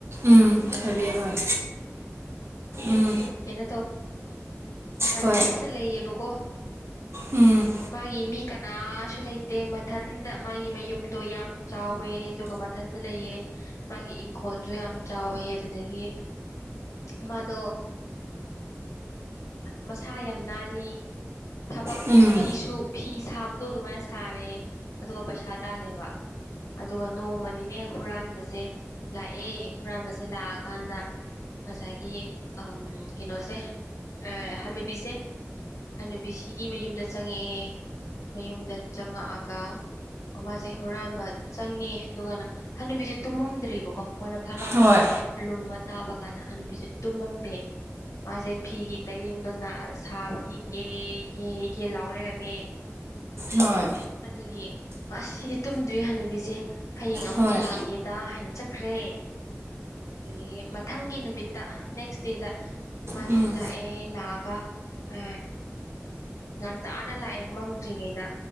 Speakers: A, on the right; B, on the left.
A: ꯎꯝ ꯍꯥꯏꯕꯤꯌꯨ ꯍꯣꯏ ꯎꯝ
B: ꯀꯩꯅꯣ ꯇꯣ ꯃꯊꯟꯇ
A: ꯍꯣꯏ
B: ꯂꯩꯌꯦꯕꯀꯣ
A: ꯎꯝ
B: ꯃꯥꯒꯤ ꯃꯤ ꯀꯅꯥꯁꯨ ꯂꯩꯇꯦ ꯃꯊꯟꯗ ꯃꯥꯒꯤ ꯃꯌꯨꯝꯗꯣ ꯌꯥꯝ ꯆꯥꯎꯋꯦ ꯑꯗꯨꯒ ꯏꯊꯟꯗ ꯂꯩꯑꯦ ꯃꯥꯒꯤ ꯏꯪꯈꯣꯜꯁꯨ ꯌꯥꯝ ꯆꯥꯎꯋꯦ ꯑꯗꯨꯗꯒꯤ ꯃꯥꯗꯣ ꯃꯁꯥ ꯌꯥꯝ ꯅꯥꯜꯂꯤ ꯊꯕꯛ
A: ꯎꯝ
B: ꯐꯤꯁꯨ ꯐꯤ ꯁꯥꯕꯗꯣ ꯑꯗꯨꯃꯥꯏꯅ ꯁꯥꯔꯦ ꯑꯗꯨꯒ ꯄꯩꯁꯥ ꯇꯥꯂꯦꯕ ꯑꯗꯨꯒ ꯅꯣꯡꯃꯗꯤꯅꯦ ꯍꯨꯔꯥꯟꯕꯁꯦ ꯂꯥꯛꯑꯦ ꯍꯨꯔꯥꯟꯕꯁꯦ ꯂꯥꯛꯑꯀꯥꯟꯗ ꯉꯁꯥꯏꯒꯤ ꯀꯩꯅꯣꯁꯦ ꯍꯅꯨꯕꯤꯁꯦ ꯍꯥꯟꯅꯨꯕꯤꯁꯤꯒꯤ ꯃꯌꯨꯝꯗ ꯆꯪꯉꯛꯑꯦ ꯃꯌꯨꯝꯗ ꯆꯪꯉꯛꯑꯒ ꯃꯥꯁꯦ ꯍꯨꯔꯥꯟꯕ ꯆꯪꯉꯦ ꯑꯗꯨꯒꯅ ꯍꯥꯟꯅꯨꯕꯤꯁꯦ ꯇꯨꯝꯃꯝꯗ꯭ꯔꯤꯕꯀꯣ ꯃꯥꯅ ꯐꯂꯥꯡꯗ
A: ꯍꯣꯏ
B: ꯂꯨꯝꯃ ꯇꯥꯕ ꯀꯥꯟꯗ ꯍꯅꯨꯕꯤꯁꯦ ꯇꯨꯝꯃꯝꯗꯦ ꯃꯥꯁꯦ ꯐꯤꯒꯤ ꯇꯩꯔꯦꯡ ꯑꯗꯨꯅ ꯁꯥꯕꯒꯤ ꯒꯦꯒꯦꯒꯦ ꯂꯥꯎ ꯂꯩꯔꯝꯃꯦ
A: ꯍꯣꯏ
B: ꯑꯗꯨꯒꯤ ꯑꯁ ꯁꯤꯗꯤ ꯇꯨꯝꯗ꯭ꯔꯤ ꯍꯥꯟꯅꯨꯕꯤꯁꯦ ꯍꯌꯦꯡ ꯑꯃꯨꯛ
A: ꯍꯣꯏ
B: ꯂꯥꯛꯑꯒꯦꯗ ꯍꯥꯏꯅ ꯆꯠꯈ꯭ꯔꯦ ꯑꯗꯨꯗꯒꯤ ꯃꯊꯪꯒꯤ ꯅꯨꯃꯤꯠꯇ ꯅꯦꯛꯁ ꯗꯦꯗ ꯃꯥꯁꯦꯂꯥꯡ
A: ꯎꯝ
B: ꯑꯦ ꯂꯥꯛꯒ ꯑ ꯉꯥꯟ ꯇꯥꯅ ꯂꯥꯛꯑꯦ ꯃꯝꯗ꯭ꯔꯤꯉꯩꯗ